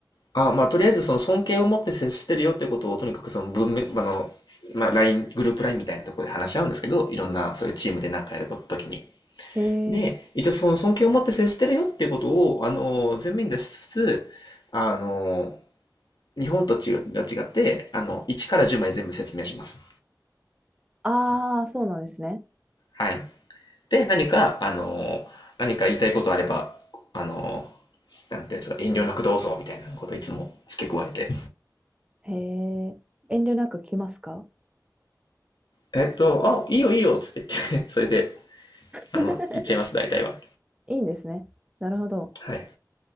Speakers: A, on the left (about 85°); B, on the right (about 15°).
A: あ、まあ、とりあえずその尊敬を持って接してるよってことを、とにかくその文面、あの、まあ、ライングループラインみたいなところで話し合うんですけど、いろんな、そういうチームでなんかやるときに。
B: へえ。
A: で、一応その尊敬を持って接してるよっていうことを、あの、前面に出しつつ、あの、日本と違が違って、あの、1から10まで全部説明します。
B: ああ、そうなんですね。
A: はい。で、何か、あの、何か言いたいことあれば、あの、なんていうんですか、遠慮なくどうぞみたいなことをいつも付け加えて、
B: へえ。遠慮なく来ますか
A: えっと、
B: なんとか
A: あ、いいよいいよっつって言って、<laughs> それで、あの、
B: <laughs>
A: 言っちゃいます、大体は。
B: いいんですね。なるほど。
A: はい。